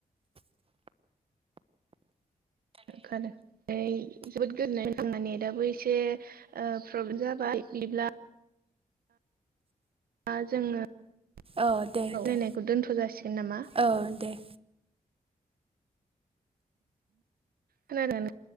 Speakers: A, on the right (about 85°); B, on the right (about 40°).
A: खोनादो जोबोद गोदोननाय आंना नेटाबबो एसे प्रब्लेम जाबाय बिदिब्ला <unintelligible> दा जोङो सावरायनायखौ
B: औ दे दे
A: दोन्थ' जासिगोन नामा
B: औ दे
A: खोनादोंना नों